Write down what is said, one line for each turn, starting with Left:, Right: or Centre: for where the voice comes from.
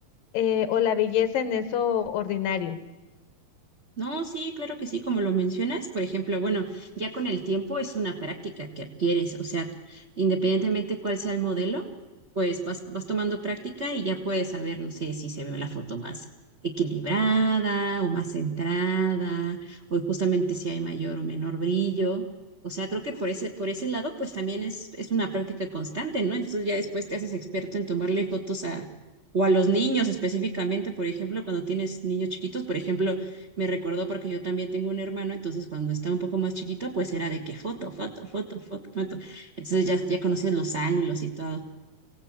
Left: eh, o la belleza en eso ordinario.
Right: No, sí, claro que sí, como lo mencionas, por ejemplo, bueno, ya con el tiempo es una práctica que adquieres, o sea, independientemente cuál sea el modelo, pues vas, vas tomando práctica y ya puedes saber, no sé, si se ve la foto más equilibrada o más centrada, o justamente si hay mayor o menor brillo. O sea, creo que por ese, por ese lado, pues también es, es una práctica constante, ¿no? Entonces ya después te haces experto en tomarle fotos a, o a los niños específicamente, por ejemplo, cuando tienes niños chiquitos, por ejemplo me recordó porque yo también tengo un hermano, entonces cuando estaba un poco más chiquito, pues era de que foto, foto, foto, foto, foto. Entonces ya, ya conoces los ángulos y todo.